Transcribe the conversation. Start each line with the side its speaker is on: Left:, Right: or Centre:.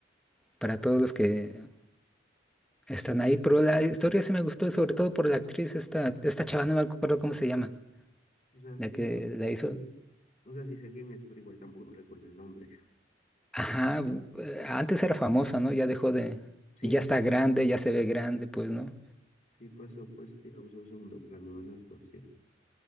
Centre: para todos los que están ahí. Pero la historia sí me gustó, y sobre todo por la actriz, esta, esta chava, no me acuerdo cómo se llama,
Left: o sea,
Centre: la
Left: sí,
Centre: que
Left: pero
Centre: la hizo.
Left: sí. O sea, sí sé quién es, pero igual tampoco recuerdo el nombre.
Centre: Ajá, eh, antes era famosa, ¿no? Ya dejó de...
Left: Sí,
Centre: Y ya está
Left: ya.
Centre: grande, ya se ve grande, pues, ¿no?
Left: Sí pasó, pues, digamos, a un segundo plano de la actuación.